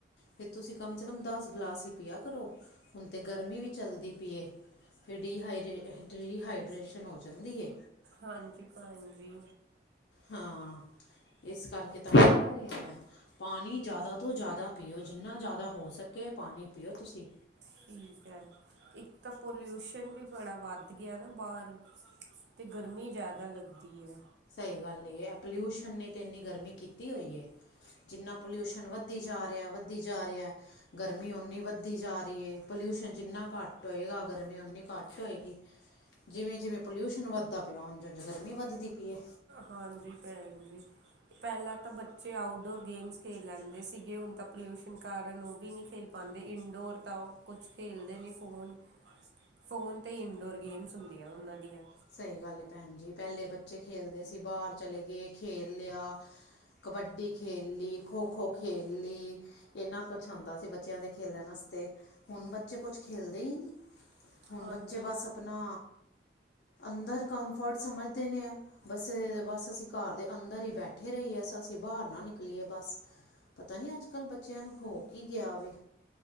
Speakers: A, on the left; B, on the right.
A: ਫੇਰ ਤੁਸੀਂ ਕਮ ਸੇ ਕਮ ਦਸ ਗਲਾਸ ਹੀ ਪੀਆ ਕਰੋ ਹੁਣ ਤੇ ਗਰਮੀ ਵੀ ਚੱਲਦੀ ਪੀਏ ਫਿਰ ਡਹਾ ਡੀਹਾਈਡ੍ਰੇਸ਼ਨ ਹੋ ਜਾਂਦੀ ਏ
B: ਹਾਂਜੀ ਭੈਣਜੀ।
A: ਹਾਂ ਇਸ ਕਰਕੇ ਤਾਂ ਕਹਿ ਰਹੀ ਹਾਂ ਮੈਂ ਪਾਨੀ ਜ਼ਿਆਦਾ ਤੋਂ ਜ਼ਿਆਦਾ ਪੀਓ ਜਿੰਨਾ ਜ਼ਿਆਦਾ ਹੋ ਸਕੇ ਪਾਨੀ ਪੀਓ ਤੁਸੀਂ
B: ਠੀਕ ਐ। ਇੱਕ ਤਾਂ ਪੋਲਿਊਸ਼ਨ ਵੀ ਬੜਾ ਵੱਧ ਗਿਆ ਨਾ ਬਾਰ ਤੇ ਗਰਮੀ ਜ਼ਿਆਦਾ ਲੱਗਦੀ ਆ
A: ਸਈ ਗੱਲ ਏ ਐ ਪੋਲਿਊਸ਼ਨ ਨੇ ਤਾਂ ਇੰਨੀ ਗਰਮੀ ਕੀਤੀ ਹੋਈ ਆ ਜਿੰਨਾ ਪੋਲਿਊਸ਼ਨ ਵੱਧੀ ਜਾ ਰਿਹਾ ਵੱਧੀ ਜਾ ਰਿਹਾ ਗਰਮੀ ਓਨੀ ਵਦੀ ਜਾ ਰਹੀ ਏ ਪੋਲਿਊਸ਼ਨ ਜਿੰਨਾ ਘੱਟ ਹੋਏਗਾ ਗਰਮੀ ਉਨੀ ਘੱਟ ਘਟ ਹੋ ਏਗੀ ਜਿਵੇਂ, ਜਿਵੇਂ ਪੋਲਿਊਸ਼ਨ ਵੱਧਦਾ ਪਿਆ ਉਝ, ਉਝ ਗਰਮੀ ਵੱਧਦੀ ਪਈ ਆ
B: ਹਾਂਜੀ ਭੈਣ ਜੀ। ਪਹਿਲਾਂ ਤਾਂ ਬੱਚੇ ਆਊਟਡੋਰ ਗੇਮਸ ਖੇਲ ਲੈਂਦੇ ਸੀਗੇ ਹੁਣ ਤਾਂ ਪੋਲਿਊਸ਼ਨ ਕਾਰਨ ਓ ਵੀ ਨੀ ਖੇਲ ਪਾਂਦੇ ਇੰਡੋਰ ਤਾਂ ਓ ਕੁਛ ਖੇਲਦੇ ਨੀ ਫੋਨ ਫੋਨ ਤੇ ਇੰਡੋਰ ਗੇਮਸ ਹੁੰਦੀਆਂ ਉਨਾਂ ਦੀਆਂ
A: ਸਈ ਗੱਲ ਆ ਭੈਣ ਜੀ ਪਹਿਲੇ ਬੱਚੇ ਖੇਲਦੇ ਸੀ, ਬਾਰ ਚਲੇ ਗਏ ਖੇਲ ਲਿਆ ਕਬੱਡੀ ਖੇਲ ਲਈ, ਖੋ-ਖੋ ਖੇਲ ਲਈ। ਇਨਾ ਕੁਛ ਹੁੰਦਾ ਸੀ ਬੱਚਿਆਂ ਦੇ ਖੇਲਣ ਵਾਸਤੇ ਹੁਣ ਬੱਚੇ ਕੁਛ ਖੇਲਦੇ ਹੀ ਨੀ ਹੁਣ
B: ਹਾਂਜੀ
A: ਬੱਚੇ ਬਸ ਆਪਣਾ ਅੰਦਰ ਕੰਫਰਟ ਸਮਝਦੇ ਨੇ ਆ ਬਸ ਬਸ ਅਸੀਂ ਘਰ ਦੇ ਅੰਦਰ ਹੀ ਬੈਠੇ ਰਹੀਏ ਅਸੀਂ ਬਾਰ ਨਾ ਨਿਕਲੀਏ ਬਸ ਪਤਾ ਨੀ ਅੱਜ-ਕੱਲ ਬੱਚਿਆਂ ਨੂੰ ਹੋ ਕੀ ਗਿਆ ਵੇ